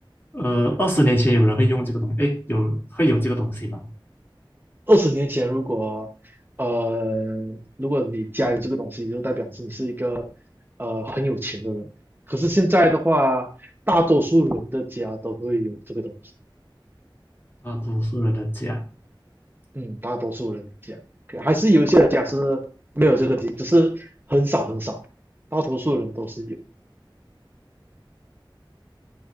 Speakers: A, on the left; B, on the right.
A: 呃，二十年前有人会用这个东西，诶，有会有这个东西吗？
B: 二十年前，如果呃，如果你家有这个东西，就代表是你是一个呃很有钱的人。可是现在的话，大多数人的家都会有这个东西。
A: 啊，多数人的家，
B: 嗯，大多数人的家，还是有一些人家是没有这个东西只是很少很少，大多数人都是有。